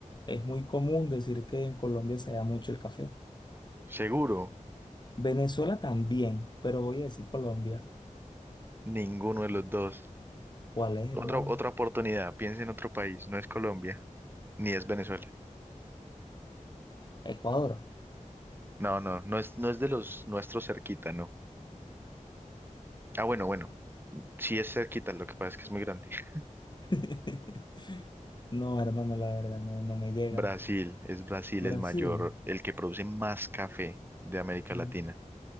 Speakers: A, on the left; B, on the right.
A: es muy común decir que en Colombia se da mucho el café.
B: Seguro,
A: Venezuela también, pero voy a decir Colombia.
B: ninguno de los dos.
A: ¿Cuál es,
B: Otra,
A: hermano?
B: otra oportunidad, piensa en otro país, no es Colombia, ni es Venezuela.
A: Ecuador.
B: No, no, no es, no es de los nuestros cerquita, no. Ah, bueno, bueno, sí es cerquita, lo que pasa es que es muy grande. <laughs>
A: <laughs> No, hermano, la verdad, no, no me llega.
B: Brasil, es Brasil
A: Brasil,
B: el mayor, el que produce más café de América
A: mm,
B: Latina.